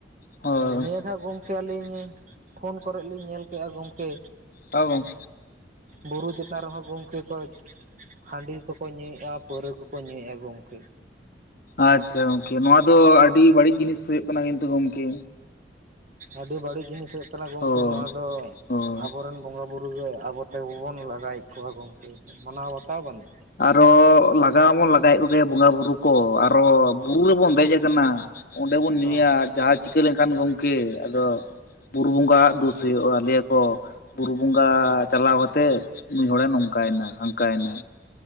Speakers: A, on the left (about 55°); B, on the right (about 45°).
A: ᱦᱳᱭ
B: ᱱᱤᱭᱟᱹ ᱫᱷᱟ ᱜᱚᱝᱠᱮ ᱟᱹᱞᱤᱧ ᱯᱷᱳᱱ ᱠᱚᱨᱮᱜ ᱞᱤᱧ ᱧᱮᱞ ᱠᱮᱜ-ᱟ ᱜᱚᱢᱠᱮ
A: ᱛᱟᱣ ᱵᱟᱝᱼᱼ
B: ᱵᱩᱨᱩ ᱪᱮᱛᱟᱱ ᱨᱮᱦᱚᱸ ᱜᱚᱢᱠᱮᱼᱼ ᱠᱚ ᱦᱟᱸᱰᱤ ᱠᱚᱠᱚ ᱧᱩᱭᱮᱜ-ᱟ ᱯᱟᱹᱣᱨᱟᱹ ᱠᱚᱠᱚ ᱧᱩ ᱭᱮᱜ-ᱟ ᱜᱚᱢᱠᱮ᱾
A: ᱟᱪᱪᱷᱟ ᱜᱚᱝᱠᱮ ᱱᱚᱣᱟ ᱫᱚ ᱟᱰᱤ ᱵᱟᱲᱤᱡ ᱡᱤᱱᱤᱥ ᱦᱩᱭᱩᱜ ᱠᱟᱱᱟ ᱠᱤᱱᱛᱩ ᱜᱚᱢᱠᱮ᱾
B: ᱟᱰᱤ ᱵᱟᱲᱤᱡ ᱡᱤᱱᱤᱥ ᱦᱩᱭᱩᱜ ᱠᱟᱱᱟ ᱜᱚᱝᱠᱮ
A: ᱚ
B: ᱱᱚᱣᱟ ᱫᱚ
A: ᱦᱳᱭ
B: ᱟᱵᱚ ᱨᱮᱱᱼᱼ ᱵᱚᱸᱜᱟ ᱵᱩᱨᱩ ᱜᱮ ᱟᱵᱚ ᱛᱮ ᱵᱚᱱ ᱞᱟᱜᱟᱭᱮᱜ ᱠᱚᱣᱟ ᱜᱚᱝᱠᱮ ᱢᱟᱱᱟᱣ ᱵᱟᱛᱟᱣ ᱵᱟᱱᱩᱜ
A: ᱟᱫᱚ ᱞᱟᱜᱟᱣ ᱢᱟᱵᱚᱱ ᱞᱟᱜᱟᱭᱮᱜ ᱠᱚᱜᱮ ᱵᱚᱸᱜᱟ ᱵᱩᱨᱩ ᱠᱚ ᱟᱨᱚ ᱵᱩᱨᱩ ᱨᱮᱵᱚᱱ ᱫᱮᱡ ᱠᱟᱱᱟᱼᱼ ᱚᱸᱰᱮ ᱵᱚᱱ ᱧᱩᱭᱟ
B: ᱦᱚᱸ
A: ᱟᱨ ᱡᱟᱦᱟᱸ ᱪᱤᱠᱟᱹ ᱞᱮᱱᱠᱷᱟᱱ ᱜᱚᱝᱠᱮ ᱟᱫᱚᱼᱼ ᱵᱩᱨᱩ ᱵᱚᱸᱜᱟ ᱣᱟᱜ ᱫᱳᱥ ᱦᱩᱭᱩᱜ-ᱟ ᱞᱟᱹᱭᱟ ᱠᱚᱼᱼ ᱵᱩᱨᱩ ᱵᱚᱸᱜᱟ ᱪᱟᱞᱟᱣ ᱠᱟᱛᱮᱜ ᱱᱩᱭ ᱦᱚᱲᱮ ᱱᱚᱝᱠᱟᱭ ᱱᱟ ᱦᱟᱝᱠᱟ ᱭᱮᱱᱟ